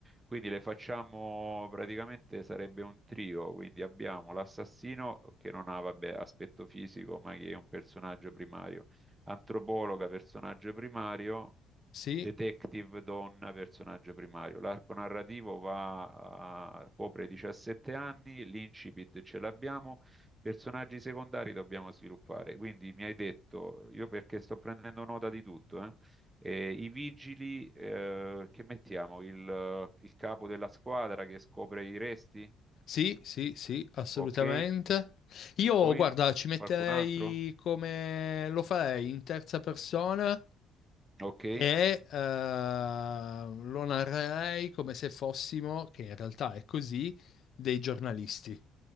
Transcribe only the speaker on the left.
Sì,
sì, sì, sì, assolutamente.
Io,
guarda, ci metterei
come lo farei in terza persona
e eh, lo narrerei come se fossimo, che in realtà è così, dei giornalisti.